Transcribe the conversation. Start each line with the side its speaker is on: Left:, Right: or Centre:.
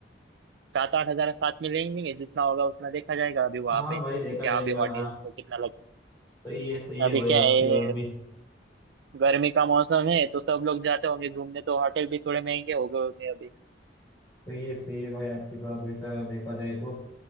Right: सात आठ हजार साथ में लेंगे जितना होगा उतना देखा जाएगा अभी वहाँ
Left: हाँ
Right: पे
Left: भाई देखा
Right: क्या
Left: जाएगा
Right: अभी होटल
Left: हाँ
Right: तो कितना लगता
Left: सही है सही
Right: है
Left: है
Right: अभी
Left: भाई
Right: क्या
Left: आपकी
Right: है
Left: बात भी
Right: गर्मी का मौसम है तो सब लोग जाते होंगे घूमने तो होटल भी थोड़े महंगे हो गए होंगे अभी
Left: सही है सही है भाई आपकी बात वैसा देखा जाए तो